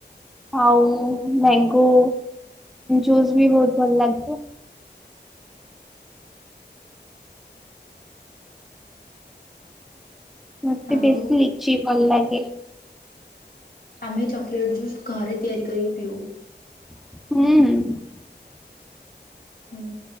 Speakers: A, in the centre; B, on the left.
A: ଆଉ ମ୍ୟାଙ୍ଗୋ ଜୁସ୍ ବି ବହୁତ ଭଲ ଲାଗେ। ମତେ
B: ଆଉ
A: ବେଶି ଲିଚି ଭଲ ଲାଗେ।
B: ଆମେ ଚକୋଲେଟ୍ ଜୁସ୍ ଘରେ ତିଆରି କରିକି ପିଉ।
A: ହୁଁ।
B: ହୁଁ